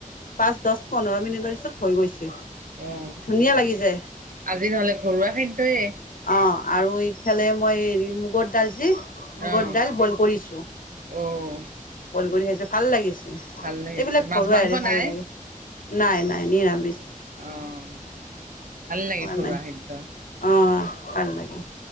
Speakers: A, on the left; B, on the right.
A: পাঁচ, দশ, পোন্ধৰ মিনিটৰ পিছত হৈ গৈছে।
B: অ
A: ধুনীয়া লাগিছে
B: আজি নহলে ঘৰুৱা খাদ্যয়ে।
A: অঁ আৰু এইফালে মই হেৰি মুগৰ দালজি মূ্গৰ
B: অ',
A: দাল বইল কৰিছো,
B: অ',
A: বইল কৰি খাইছোঁ। ভাল লাগিছে।
B: ভাল লাগিছে
A: এইবিলাক
B: মাছ
A: ঘৰুৱাই
B: মাংস
A: হেৰি ভাল
B: নাই
A: লাগে, নাই নাই নিৰামিষ।
B: অ', ভাল লাগে
A: পোৱা
B: ঘৰুৱা
A: নাই,
B: খাদ্য
A: অ ভাল লাগে।